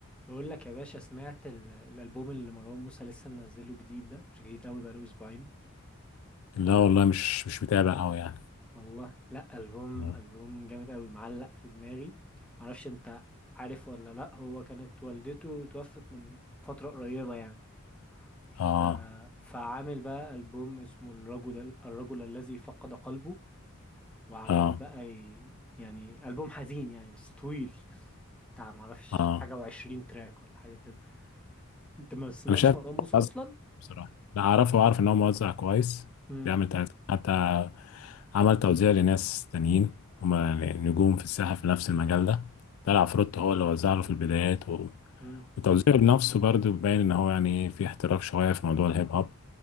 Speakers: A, in the centre; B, on the left (about 70°).
A: بقول لك يا باشا سمعت ال- الالبوم اللي مروان موسى لسه منزله جديد ده مش جديد قوي بقاله اسبوعين
B: لا والله مش مش متابع قوي يعني
A: والله لا البوم
B: مم.
A: البوم جامد قوي معلق في دماغي معرفش انت عارف ولا لا هو كانت والدته توفت من فترة قريبة يعني ف...
B: اه
A: فعامل بقى البوم اسمه الرجل الرجل الذي فقد قلبه وعمال
B: اه
A: بقى ي... يعني البوم حزين يعني بس طويل بتاع معرفش
B: اه
A: حاجة وعشرين تراك ولا حاجة كده انت ما سمعتش
B: انا شايف
A: مروان موسى
B: موزع
A: اصلا
B: بصراحه لا اعرفه واعرف ان هو موزع كويس
A: امم
B: بيعمل تلاتة. حتى عمل توزيع لناس تانيين هما يعني نجوم في الساحه في نفس المجال ده طلع فروتو هو اللي وزع له في البدايات و...
A: اه
B: وتوزيعه لنفسه برضه باين ان هو يعني ايه في احتراف شويه في موضوع الهيب هوب